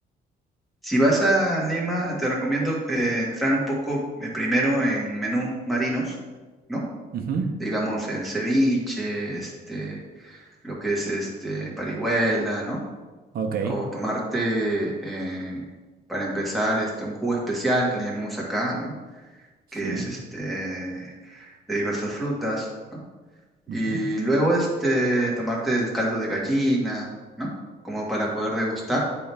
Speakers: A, in the centre; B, on the right.
A: Si vas a Lima, te recomiendo eh, entrar un poco eh, primero en menús marinos, ¿no?
B: Ujú.
A: Digamos el ceviche, este, lo que es este parihuela, ¿no?
B: Ok,
A: O tomarte eh, para empezar este un jugo especial que le llamamos acá, ¿no?
B: sí.
A: Que es este de diversas frutas, ¿no? Y
B: Ujú.
A: luego este tomarte el caldo de gallina, ¿no? Como para poder degustar.